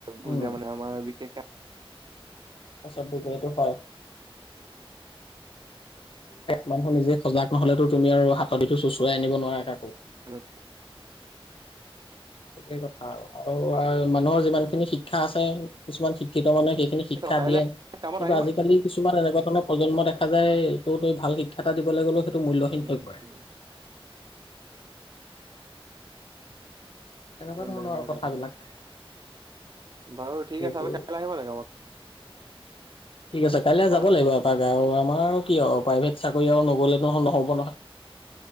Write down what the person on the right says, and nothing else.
বুজা
মানে আমাৰ বিশেষক
<inaudible>
কাইলে
কামত আহিব
নাই?
উম,
মোৰ
লাগে
মোৰ
লাগে তোমাৰ বাৰু ঠিক
আছে আপুনি কাইলৈ আহিব নে নাই কামত
কাইলৈ